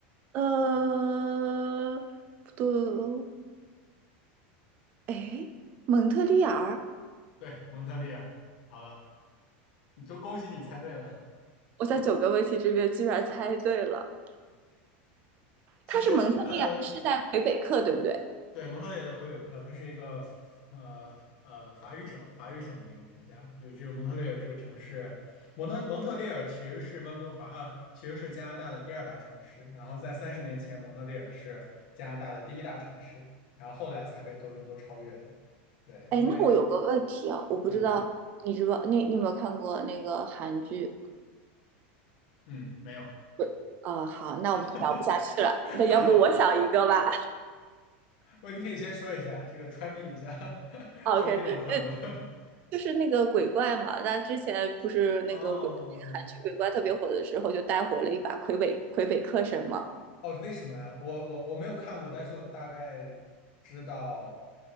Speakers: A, on the right; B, on the left.
A: 呃，不对哦，哎，蒙特利尔，
B: <laughs> 对，蒙特利尔。好了，你就恭喜你猜对了。
A: 我在九个问题这边居然猜对了，
B: 其实，
A: 它是蒙特利尔，
B: 呃，
A: 是在魁北克，对不对？
B: 对，蒙特利尔的魁北克，它是一个呃呃法语省法语省的一个国家，有这个蒙特利尔这个城市，蒙特蒙特利尔其实是温哥华啊，其实是加拿大的第二大城市，然后在三十年前，蒙特利尔是加拿大的第一大城市，然后后来才被多伦多超越的。对，
A: 哎，
B: 因为
A: 那我有个问题啊，我不知道你知不，
B: 嗯
A: 你你有没有看过那个韩剧？
B: 嗯没有，
A: 不，啊、好，那我们就聊不下去了。
B: <laughs>
A: 那要不我想一个吧。
B: 不，你可以先说一下这个 try me 一下，<laughs>
A: 啊
B: 说不定我看过。
A: OK，
B: <laughs>
A: 就是那个鬼怪嘛，那之前不是那个鬼，
B: 哦，
A: 那个韩剧鬼怪特别火的时候，就带火了一把魁北魁北克神嘛，
B: 哦，为什么呀？我我我没有看过，但是我大概知道，